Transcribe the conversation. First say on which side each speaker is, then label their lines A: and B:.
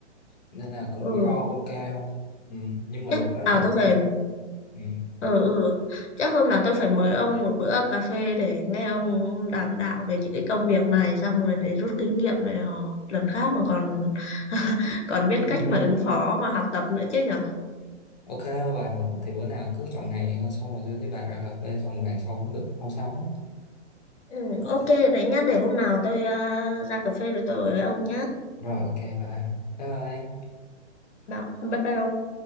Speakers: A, on the left; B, on the left.
A: nên là cũng
B: ừ
A: rủi ro cũng cao ừ. nhưng mà
B: chắc
A: được đó
B: à
A: là
B: tôi
A: nó
B: phải
A: không được ừ.
B: ừ ừ chắc hôm nào tôi phải mời ông một bữa cà phê để nghe ông đàm đạo về những cái công việc này xong rồi để rút kinh nghiệm này ờ, lần khác mà còn <laughs> còn
A: <laughs>
B: biết cách mà ứng phó mà học tập nữa chứ nhở
A: ok bà thì bữa nào cứ chọn ngày ha, xong rồi tôi với bà ra cà phê xong bàn sau cũng được không sao hết
B: ừ, ok đấy nhá để hôm nào tôi ờ, ra cà phê rồi tôi ở với ông nhá
A: rồi ok bà bye bye
B: bảo bye bye ông